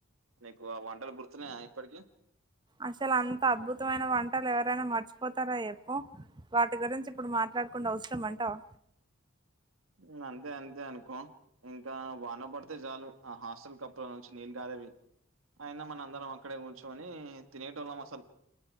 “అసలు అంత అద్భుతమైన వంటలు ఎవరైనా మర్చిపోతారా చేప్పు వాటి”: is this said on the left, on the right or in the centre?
Right